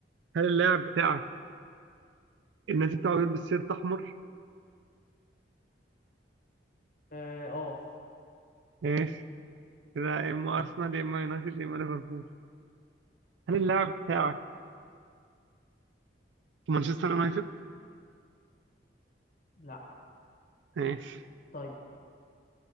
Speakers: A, on the right; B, on the left.
A: هل اللاعب بتاعك النادي بتاعه بيلبس سيرت أحمر؟
B: اه آه.
A: ماشي كده يا إما أرسنال يا إما يونايتد يا إما ليفربول هل اللاعب بتاعك في مانشستر يونايتد؟
B: لا
A: ماشي
B: طيب